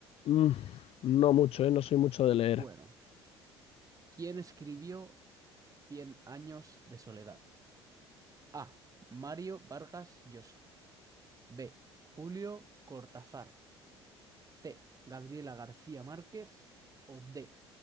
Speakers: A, on the left; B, on the right.
A: Mm, no mucho, ¿eh? No soy mucho de leer.
B: Bueno, ¿quién escribió Cien años de soledad? A. Mario Vargas Llosa. B. Julio Cortázar. C. Gabriela García Márquez. O D.